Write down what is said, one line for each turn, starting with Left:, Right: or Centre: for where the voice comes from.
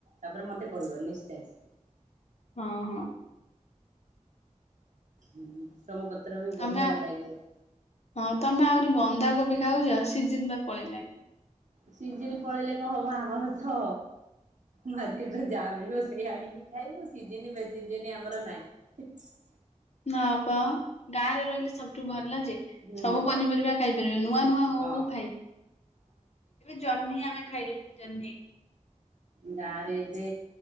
Right: ତାପରେ ମତେ କହିବ ନିଶ୍ଚୟ।
Left: ହଁ ହଁ।
Right: ଭୃସଙ୍ଗ ପତ୍ର ବି
Left: ତମେ
Right: ବଢିଆ
Left: ଆଉ
Right: ଲାଗିବ।
Left: ହଁ ତମେ ଆହୁରି ବନ୍ଧାକୋବି ଖାଉଛ ସିଜିନ ତ ପଳେଇଲାଣି।
Right: ସିଜିନ ପଳେଇଲେ କଣ ହବ ଆମର ତ ମାର୍କେଟରେ ଯାହା ମିଳିବ ସେଇ ଆଣିକି ଖାଇବ ସିଜିିନ ବେସିଜିନ ଆମର ନାହିଁ। <inaudible>
Left: ନାପା ଗାଁରେ ରହିଲେ ସବୁଠୁ ଭଲ ଯେ।
Right: ହୁଁ
Left: ସବୁ ପନିପରିବା ଖାଇପାରିବା ନୂଆ ନୂଆ ହଉ
Right: ହଁ
Left: ହଉ ଖାଇବ। ଏବେ ଜହ୍ନି ଆମେ ଖାଇଲୁ ଜହ୍ନି।
Right: ଗାଁ ରେ ଏବେ